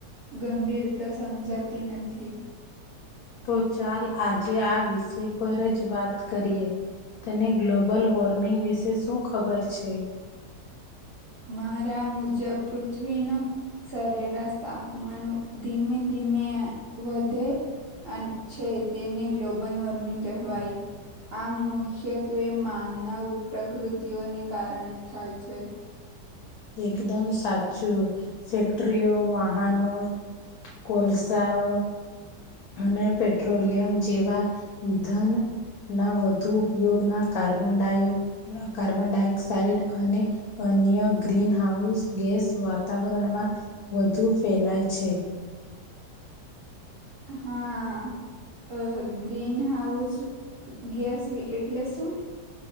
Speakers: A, on the right; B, on the left.
A: ગંભીરતા સમજાતી નથી.
B: તો ચાલ આજે આ વિષય પર જ વાત કરીએ. તને ગ્લોબલ વોર્મિંગ વિશે શું ખબર છે?
A: મારા મુજબ પૃથ્વીનું સરેરાશ તાપમાન ધીમે ધીમે વધે છે તેને ગ્લોબલ વોર્મિંગ કહેવાય. આમ મુખ્યત્વે માનવ પ્રકૃતિઓને કારણે થાય છે.
B: એકદમ સાચું ફેક્ટરીઓ વાહનો કોલસાઓ, અને પેટ્રોલિયમ જેવા ઈધન ના વધુ ઉપયોગના કાર્બનાય કાર્બન ડાયોક્સાઇડ અને અન્ય ગ્રીનહાઉસ ગેસ વાતાવરણમાં વધુ ફેલાય છે.
A: હા. અ ગ્રીન હાઉસ ગેસ એટલે શું?